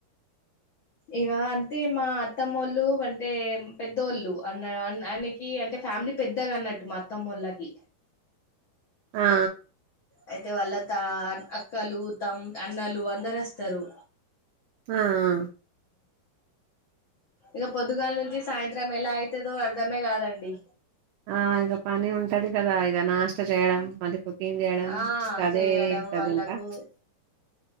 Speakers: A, on the left; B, on the right.
A: ఇక అంటే మా అత్తమ్మళ్ళు అంటే పెద్దోళ్ళు అన్న ఆయనకి అంటే ఫ్యామిలీ పెద్దగా అన్నట్టు మా అత్తమ్మళ్ళోకి
B: ఆ ఆ
A: అయితే వాళ్ళ త అక్కలు తమ్ అన్నలు అందరు వస్తారు
B: ఆ ఆ
A: ఇక పొదుగాల నుంచి సాయంత్రం ఎల అయితే తేదొ అర్ధమే కాదండి
B: ఆ ఇక పని ఉంటది కదా ఇ ఇకా నాస్టచేయడం మళ్ళీ కుకింగ్ చేయడం
A: ఆ
B: ఇకా అదే
A: చేయడం
B: ఉంటది
A: వాళ్ళకు
B: ఇంకా